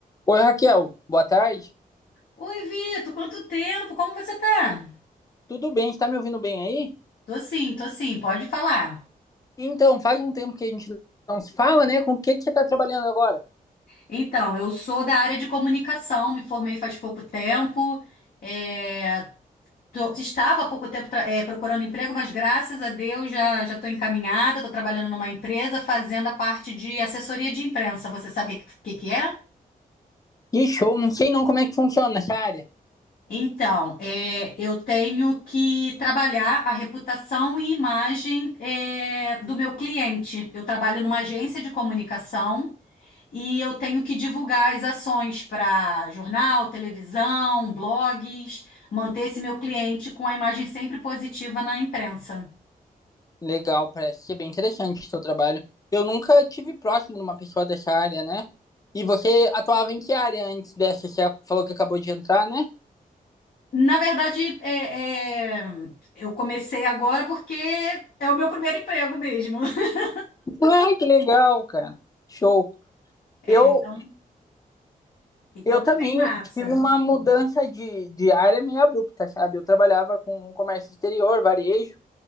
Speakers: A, on the left; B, on the left.
A: Oi, Raquel, boa tarde.
B: Oi, Vitor, quanto tempo? Como você tá?
A: Tudo bem? Está me ouvindo bem aí?
B: Tô sim, tô sim, pode falar.
A: Então, faz um tempo que a gente não se fala, né? Com o que que você está trabalhando agora?
B: Então, eu sou da área de comunicação, me formei faz pouco tempo. é, tô- estava há pouco tempo, tra- é, procurando emprego, mas graças a Deus já já estou encaminhada, estou trabalhando numa empresa fazendo a parte de assessoria de imprensa. Você sabe o que, que que é?
A: Que show, não sei não como é que funciona essa área.
B: Então, é, eu tenho que trabalhar a reputação e imagem, é, do meu cliente. Eu trabalho numa agência de comunicação. E eu tenho que divulgar as ações para jornal, televisão, blogs, manter esse meu cliente com a imagem sempre positiva na imprensa.
A: Legal, parece ser bem interessante o seu trabalho. Eu nunca tive próximo de uma pessoa dessa área, né? E você atuava em que área antes dessa? Você falou que acabou de entrar, né?
B: Na verdade, é- é, eu comecei agora porque é o meu primeiro emprego mesmo. <laughs>
A: Ah, que legal, cara. Show.
B: É,
A: Eu,
B: então, então
A: eu
B: tá
A: também
B: bem massa.
A: tive uma mudança de, de área meio abrupta, sabe? Eu trabalhava com comércio exterior, varejo.